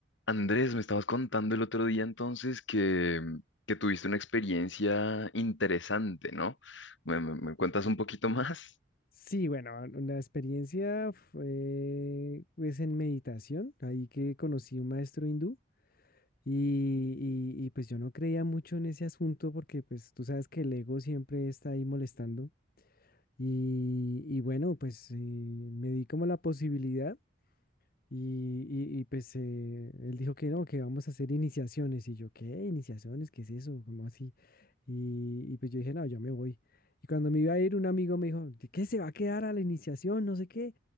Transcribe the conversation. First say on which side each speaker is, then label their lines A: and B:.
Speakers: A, on the left (about 75°); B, on the left (about 50°).
A: Andrés, me estabas contando el otro día entonces que, mm, que tuviste una experiencia interesante, ¿no? ¿Me, me- me cuentas un poquito más?
B: Sí, bueno, la experiencia fue pues, en meditación, ahí que conocí un maestro hindú y, y- y, pues yo no creía mucho en ese asunto porque pues tú sabes que el ego siempre está ahí molestando y, y bueno, pues eh, me di como la posibilidad. Y, y- y, pues eh, él dijo que no, que vamos a hacer iniciaciones. Y yo, ¿qué? ¿Iniciaciones? ¿Qué es eso? ¿Cómo así? Y, y pues yo dije, no, yo me voy. Y cuando me iba a ir, un amigo me dijo, "¿De ¿qué se va a quedar a la iniciación? No sé qué.